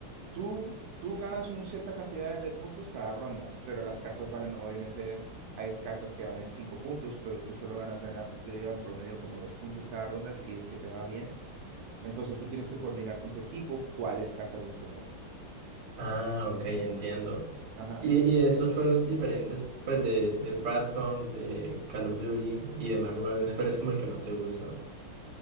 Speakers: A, on the right; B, on the right.
A: Tú, tú ganas una cierta cantidad de puntos cada ronda, pero las cartas valen, obviamente, hay cartas que valen cinco puntos, pero tú solo ganas en, a- yo digo, en promedio como dos puntos cada ronda si es que te va bien. Entonces tú tienes que coordinar con tu equipo cuáles cartas escoger.
B: Ah, ok, entiendo.
A: Ajá.
B: Y, y esos juegos diferentes, pues de, de Frat Punk, de Call of Duty y de Marvel Rivals, ¿cuál es como el que más te gusta?